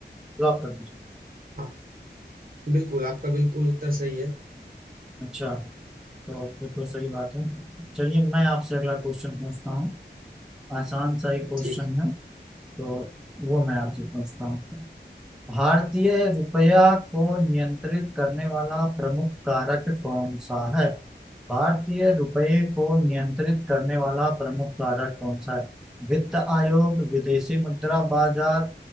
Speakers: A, in the centre; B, on the right.
A: लॉक कर दीजिए
B: हाँ बिल्कुल आपका बिल्कुल उत्तर सही है
A: अच्छा तो फिर तो सही बात है चलिए मैं आपसे अगला क्वेश्चन पूछता हूँ आसान सा ही क्वेश्चन
B: ठीक
A: है तो वो मैं आपसे पूछता हूँ भारतीय रुपया को नियंत्रित करने वाला प्रमुख कारक कौन सा है भारतीय रुपये को नियंत्रित करने वाला प्रमुख कारक कौन सा है वित्त आयोग विदेशी मुद्रा बाजार